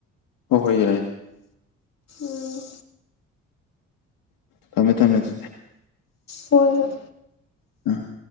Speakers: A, on the left; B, on the left.
A: ꯍꯣꯏ ꯍꯣꯏ ꯌꯥꯏ
B: ꯎꯝ
A: ꯊꯝꯃꯦ ꯊꯝꯃꯦ ꯑꯗꯨꯗꯤ
B: ꯍꯣꯏ ꯍꯣꯢ
A: ꯎꯝ